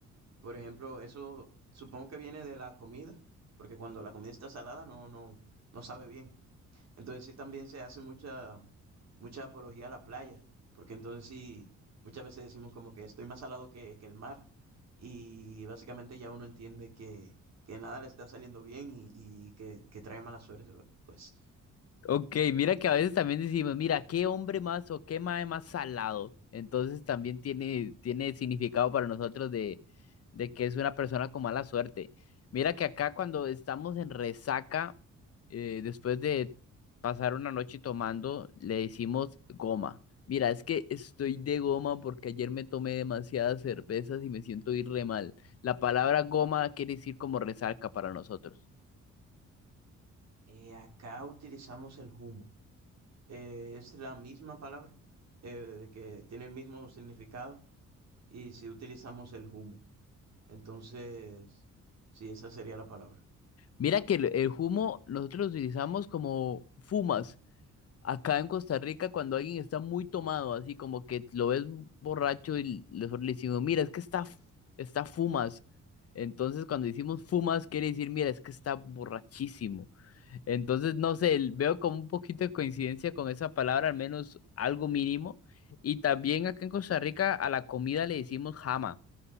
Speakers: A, on the right (about 60°); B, on the left (about 50°).
A: Por ejemplo, eso supongo que viene de la comida, porque cuando la comida está salada no, no, no sabe bien. Entonces sí también se hace mucha, mucha apología a la playa, porque entonces sí, muchas veces decimos como que estoy más salado que, que el mar y básicamente ya uno entiende que, que nada le está saliendo bien y, y que, que trae mala suerte. Pues
B: Ok, mira que a veces también decimos, mira, qué hombre más o qué mae más salado. Entonces también tiene, tiene significado para nosotros de, de que es una persona con mala suerte. Mira que acá cuando estamos en resaca, eh, después de pasar una noche tomando, le decimos goma. Mira, es que estoy de goma porque ayer me tomé demasiadas cervezas y me siento ir re mal. La palabra goma quiere decir como resaca para nosotros.
A: eh, acá utilizamos el humo. Eh, es la misma palabra, eh, de que tiene el mismo significado y si utilizamos el humo. Entonces, sí, esa sería la palabra.
B: Mira que el, el humo nosotros lo utilizamos como fumas acá en Costa Rica cuando alguien está muy tomado, así como que lo ves borracho y le, le decimos, mira, es que está, f- está fumas. Entonces cuando decimos fumas quiere decir, mira, es que está borrachísimo. Entonces, no sé, el- veo como un poquito de coincidencia con esa palabra, al menos algo mínimo. Y también acá en Costa Rica a la comida le decimos jama,